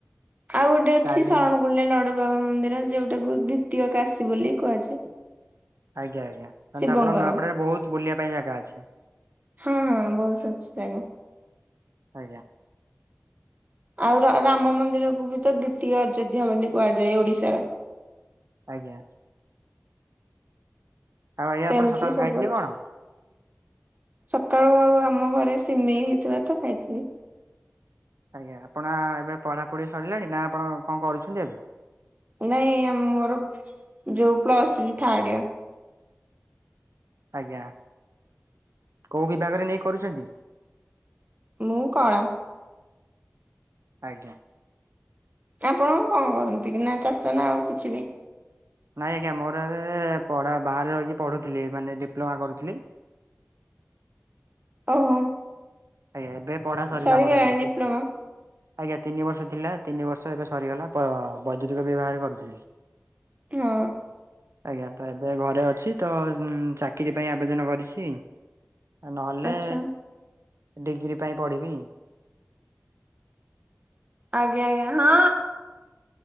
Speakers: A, on the right; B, on the right.
A: ଆଉ ଗୋଟେ ଅଛି
B: ତାରିଣୀ
A: ଶରଣ କୂଳରେ ଲଡୁ ବାବା ମନ୍ଦିର, ଯୋଉଟାକୁ ଦ୍ଵିତୀୟ କାଶୀ ବୋଲି କୁହାଯାଏ।
B: ଆଜ୍ଞା ଆଜ୍ଞା। ତାହାଲେ
A: ଶିବଙ୍କର
B: ତ ଆପଣଙ୍କ ନୂଆପଡାରେ ବହୁତ ବୁଲିବା ପାଇଁ ଜାଗା ଅଛି।
A: ହଁ ହଁ ବହୁତ ଅଛି ଜାଗା।
B: ଆଜ୍ଞା।
A: ଆଉ ରା ରାମ ମନ୍ଦିରକୁ ବି ତ ଦ୍ଵିତୀୟ ଅଯୋଧ୍ୟା ବୋଲି କୁହାଯାଏ ଓଡିଶାର।
B: ଆଜ୍ଞା। ଆଉ ଆଜ୍ଞା
A: ତ
B: ଆପଣ
A: ଏମିତି
B: ସକାଳୁ
A: ସବୁ
B: ଖାଇଥିଲେ
A: ଅଛି।
B: କଣ?
A: ସକାଳୁ ଆଉ ଆମ ଘରେ ସିମେଇ ହେଇଥିଲା ତ ଖାଇଥିଲି।
B: ଆଜ୍ଞା ଆପଣ ଆ ଏବେ ପଢାପଢି ସରିଲାଣି? ନା ଆପଣ କଣ କରୁଛନ୍ତି ଏବେ?
A: ନାଇଁ ମୋର ଯୋଉ ପ୍ଲସ ଥ୍ରି ଥାଡ୍ ଇଅର୍।
B: ଆଜ୍ଞା କୋଉ ବିଭାଗରେ ନେଇ କରୁଛନ୍ତି?
A: ମୁଁ କଳା।
B: ଆଜ୍ଞା।
A: ଆପଣ କଣ କରନ୍ତି କି ନା ଚାଷ ନା ଆଉ କିଛି ବି?
B: ନାଇଁ ଆଜ୍ଞା ମୋର ଏବେ ପଢା ବାହାରେ ରହିକି ପଢୁଥିଲି ମାନେ ଡିପ୍ଲୋମା କରୁଥିଲି
A: <inaudible> ଓହୋ।
B: ଆଜ୍ଞା ଏବେ ପଢା ସରିଲା
A: ସରିଗଲାଣି
B: ମୋର ଏତେ।
A: ଡିପ୍ଲୋମା?
B: ଆଜ୍ଞା ତିନି ବର୍ଷ ଥିଲା ତିନି ବର୍ଷ ଏବେ ସରିଗଲା ପ ବଜୁରିକ ବିଭାଗରେ କରୁଥିଲି।
A: ହଁ
B: ଆଜ୍ଞା ତ ଏବେ ଘର୍ ରେ ଅଛି ତ ଚାକିରି ପାଇଁ ଆବେଦନ କରିଛି। ନହେଲେ
A: ଆଚ୍ଛା
B: ଡିଗ୍ରୀ ପାଇଁ ପଢିବି।
A: ଆଜ୍ଞା ଆଜ୍ଞା ହଁ।